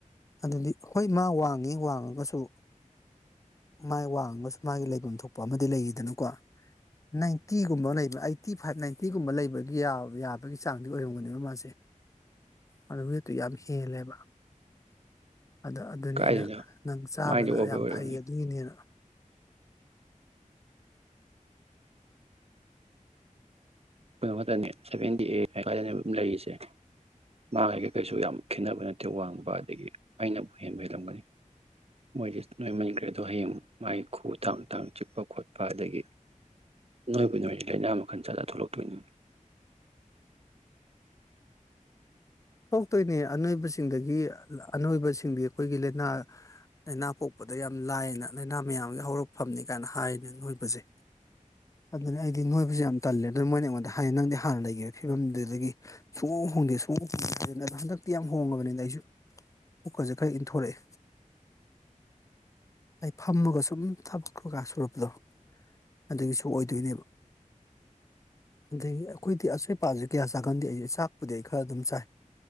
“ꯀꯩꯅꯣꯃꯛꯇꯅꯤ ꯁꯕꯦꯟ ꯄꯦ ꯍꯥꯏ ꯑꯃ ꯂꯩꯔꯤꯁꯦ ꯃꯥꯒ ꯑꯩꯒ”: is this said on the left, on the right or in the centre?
Right